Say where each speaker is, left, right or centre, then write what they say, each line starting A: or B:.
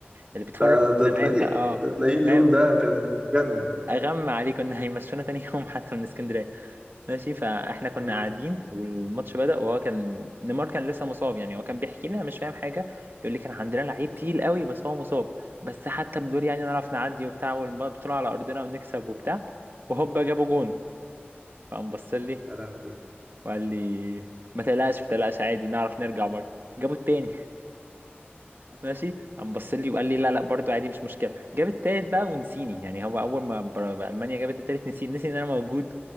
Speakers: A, on the right; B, on the right.
A: اللي بيتفرج
B: ده
A: من
B: ده
A: زمان
B: تلاقيه
A: بقى اه
B: ده تلاقيه اليوم
A: فاهم
B: ده كان جنن
A: اغمى عليه كنا هيمشونا تاني يوم حتى من اسكندريه ماشي فاحنا كنا
B: آه،
A: قاعدين والماتش بدأ وهو كان نيمار كان لسه مصاب يعني هو كان بيحكي لنا مش فاهم حاجة يقول لي كان عندنا لعيب تقيل قوي بس هو مصاب بس حتى بدول يعني نعرف نعدي وبتاع والبطولة على أرضنا ونكسب وبتاع وهوبا جابوا جون فقام بص لي
B: يا لهوي
A: وقال لي ما تقلقش ما تقلقش عادي نعرف نرجع برضه جابوا التاني ماشي قام بص لي وقال لي لا لا برضه عادي مش مشكلة جاب التالت بقى ونسيني يعني هو أول ما بر- ألمانيا جابت التالت نسي نسي إن أنا موجود